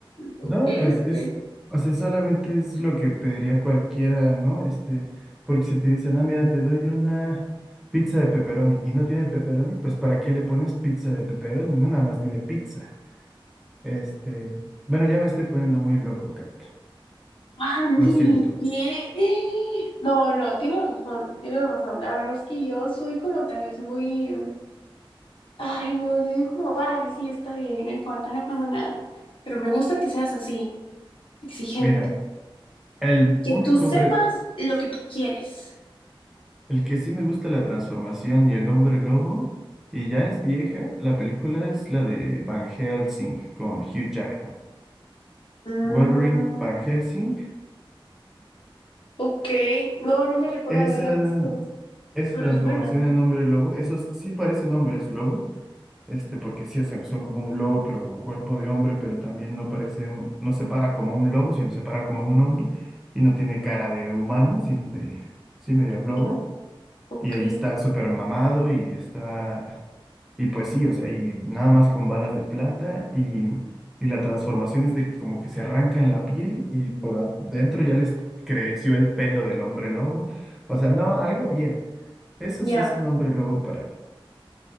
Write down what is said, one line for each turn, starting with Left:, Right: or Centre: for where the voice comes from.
Left: Ok,
Centre: no, pues
Left: ok.
Centre: es, o sea, solamente es lo que pediría cualquiera, ¿no? Este, porque si te dicen, ah, mira, te doy una pizza de pepperoni y no tiene pepperoni, pues ¿para qué le pones pizza de pepperoni? No, nada más dile pizza. Este, bueno, ya me estoy poniendo muy loco, Kat.
Left: Andy,
Centre: Lo siento.
Left: ¿qué? <gasps> No, no, tienes razón, tienes razón. La verdad es que yo soy como tal vez muy... Ay, no, yo digo como, vale, sí, está bien, no importa, no pasa nada. Pero me gusta que seas así, exigente.
Centre: Mira, el
Left: Que
Centre: único
Left: tú sepas
Centre: hombre
Left: lo que tú quieres.
Centre: El que sí me gusta la transformación y el hombre lobo, y ya es vieja, la película es la de Van Helsing con Hugh Jackman.
Left: Mm,
Centre: Wolverine Van Helsing,
Left: ok, no, no me recuerdo
Centre: esa,
Left: haberla visto,
Centre: esa
Left: pero
Centre: transformación
Left: es buena.
Centre: en hombre lobo, esos sí parecen hombres lobo, este, porque sí, o sea, son como un lobo, pero con cuerpo de hombre, pero también no parece, un- no se para como un lobo, sino se para como un hombre, y no tiene cara de humano, sino de, sí, medio lobo.
Left: Aló, ok,
Centre: Y ahí está súper mamado y está Y pues sí, o sea, y nada más con balas de plata y, y la transformación es de que como que se arrancan la piel y por adentro ya les creció el pelo del hombre lobo. O sea, no, algo bien. Eso
Left: ya.
Centre: sí es un hombre lobo para mí.